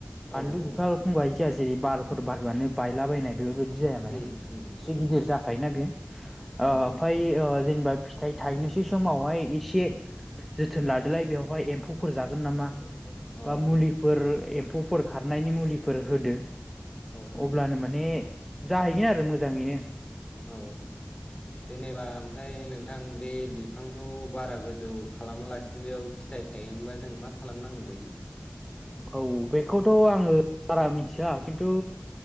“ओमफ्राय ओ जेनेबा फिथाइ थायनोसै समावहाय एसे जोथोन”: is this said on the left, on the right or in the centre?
Centre